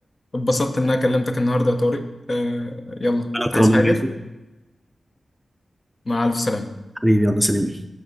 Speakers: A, on the left; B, in the centre.
A: اتبسطت ان انا كلمتك النهارده يا طارق آه، يلا
B: انا اكتر
A: عايز
B: يا أبو
A: حاجه
B: يوسف
A: مع الف سلامه
B: حبيبي يلا سلام